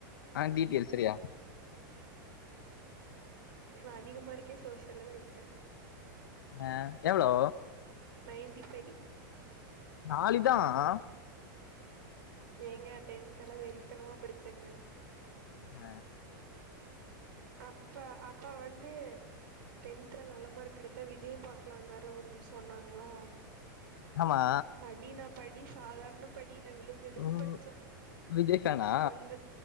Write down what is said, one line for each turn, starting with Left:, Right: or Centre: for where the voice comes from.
Left: ஆ டீடெயல் சரியா
Right: நா அதிக மார்க்கே சோசியல்ல தா எடுத்தேன்
Left: ஆ எவ்ளோ
Right: நயன்டி ஃபைவ்
Left: தாலிதான்
Right: ஏங்க டென்த் எல்லாம் வெறித்தனமா படிச்சேங்க
Left: ஆ
Right: அப்ப அப்ப வந்து டென்துல நல்ல மார்க் எடுத்தா விஐய பாக்கலாம்னர ஒன்னு சொன்னாங்களா
Left: ஆமா
Right: படினா படி சாதாரண படியில்ல விழுந்து விழுந்து
Left: ஓ
Right: படிச்சோ
Left: விஜய் ஃபேனா
Right: கொந்து